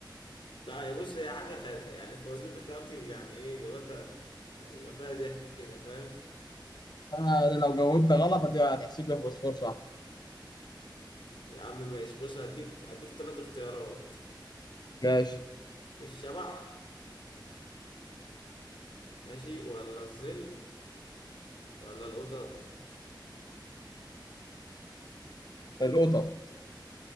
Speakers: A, on the left; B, on the left.
A: لا يا بص هي حاجة خ... يعني الفوازير بتاعتي يعني إيه إجابتها يعني يبقى فيها ضحك كده فاهم
B: السماء، يعني لو جاوبت غلط هت- هتحسب لي فوسفور صح
A: يا عم ماشي بص هديك هديك تلات اختيارات
B: ماشي
A: الشبح ماشي ولا الظل ولا القطط
B: القطط